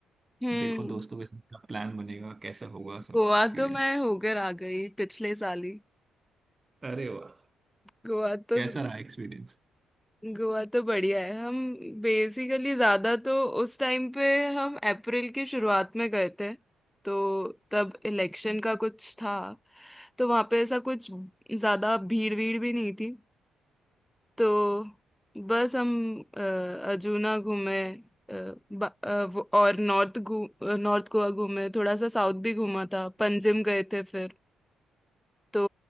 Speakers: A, in the centre; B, on the right.
A: हम्म
B: देखो दोस्तों के साथ प्लान बनेगा कैसा होगा सब
A: गोवा
B: चीजें
A: तो मैं होकर आ गई पिछले साल ही
B: अरे वाह
A: गोवा तो
B: कैसा रहा एक्सपीरियंस
A: गोवा तो बढ़िया है हम बेसिकली ज्यादा तो उस टाइम पे हम अप्रैल की शुरुआत में गए थे तो तब इलेक्शन का कुछ था तो वहां पे ऐसा कुछ ज्यादा भीड़ भीड़ भी नहीं थी तो बस हम अ, अजूना घूमे अ, ब- अ, वो- और नॉर्थ घू नॉर्थ गोवा घूमे थोड़ा सा साउथ भी घूमा था पंजिम गए थे फिर तो